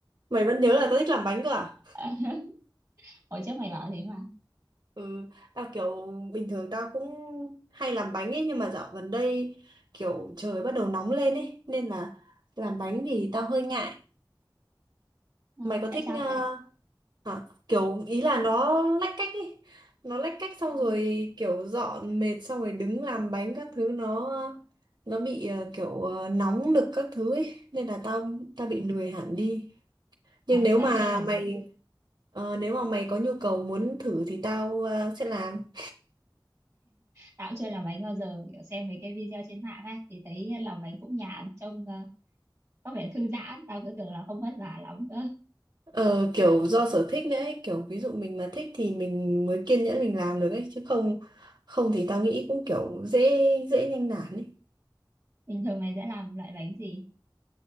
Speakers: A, on the right; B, on the right.
A: mày vẫn nhớ là tao thích làm bánh cơ à?
B: <laughs> hồi trước mày bảo thế mà
A: Ừ, tao kiểu bình thường tao cũng hay làm bánh ấy nhưng mà dạo gần đây kiểu trời bắt đầu nóng lên ấy nên là làm bánh thì tao hơi ngại.
B: Ờ,
A: Mày có thích
B: tại sao
A: ờ,
B: vậy
A: hả? Kiểu ý là nó lách cách ấy. Nó lách cách xong
B: Ờ,
A: rồi kiểu dọn mệt xong rồi đứng làm bánh các thứ nó nó bị ờ, kiểu ờ, nóng nực các thứ ấy nên là tao tao bị lười hẳn đi. Nhưng
B: ờ,
A: nếu
B: tao
A: mà
B: chưa làm
A: mày
B: bánh bao-
A: ờ, nếu mà mày có nhu cầu muốn thử thì tao ờ, sẽ làm.
B: tao cũng chưa làm bánh bao giờ kiểu xem mấy cái video trên mạng ấy thì thấy làm bánh cũng nhàn trông ờ, có vẻ thư giãn tao cứ tưởng là không vất vả lắm cơ
A: Ờ, kiểu do sở thích nữa ấy, kiểu ví dụ mình mà thích thì mình mới kiên nhẫn mình làm được ấy chứ không không thì tao nghĩ cũng kiểu dễ dễ nhanh nản ấy.
B: bình thường mày sẽ làm loại bánh gì